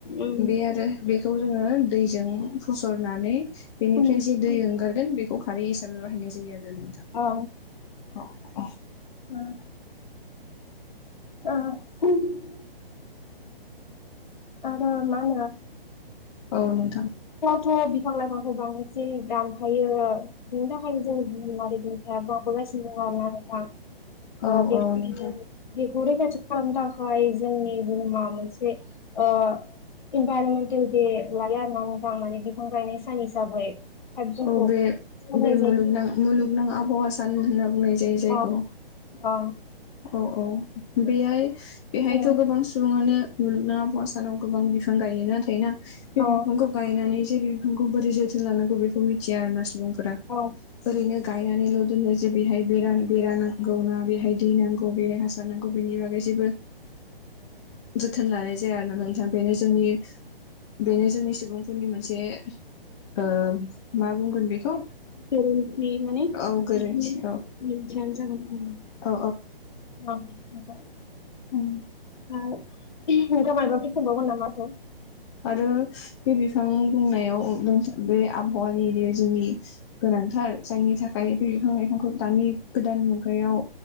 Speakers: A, on the left (about 50°); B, on the left (about 30°).
A: उम
B: बे आरो बेखौ जोङो दैजों फसरनानानै बेनिफ्राय
A: ओं
B: जि दै ओंखारगोन बेखौ खौ खारै हिसाबै बाहायनाय जायो आरो ‌। <unintelligible>
A: औ
B: नोंथां अ
A: ओं
B: अ
A: <unintelligible> आरो मा होनो
B: औ नोंथां।
A: थ' बिफां लाइफांखौ बांसिन दानफायो बिनि थाखायनो जों <unintelligible>
B: औ औ नोंथां
A: <unintelligible> खौ रैखाथि खालामनो थाखाय जोंनि बुहुमा मोनसे ओ इनभाइरमेन्टेल दे लायो आरो ना नोंथां माने बिफां गायनाय सान हिसाबै। फाइभ जुनखौ
B: औ बे
A: फालिनाय
B: बे मुलुगनां
A: जायो
B: मुलुगनां आबहावा सान होनना बुंनाय जायो। <unintelligible> जायखौ
A: औ औ
B: औ औ बेहाय बेहायथ'
A: औ
B: गोबां सुबुं ङानो मुलुगनां सानाव गोबां बिफां गायो नाथाय ना बे
A: औ
B: बिफांखौ गायनानै बे बिफांखौ बोरै जोथोन लानांगौ बेखौ मिथिया आरो ना सुबुं फोरा
A: औ
B: ओरैनो गायनानैल' दोनो जे बेहाय बेरा बेरा नांगौना बेहाय दै नांगौ बे हासार नांगौ बेनि बागै जेबो जोथोन ओ लानाय जाया आरो ना नोंथां। दा बेनो जोंनि बेनो जोंनि सुबुंफोरनि मोनसे ओ मा बुंगोन बेखौ
A: गोरोन्थि माने <unintelligible>
B: औ गोरोन्थि औ औ
A: <unintelligible>
B: ओम।
A: <unintelligible> नोंथांआ मायबाफोर सोंबावगोन नामा हो?
B: आरो बे बिफां बुंनायाव बे आबहावानि बे जोंनि गोनांथार जायनि थाखाय बे बिफां लाइफांखौ दानि गोदान मुगायाव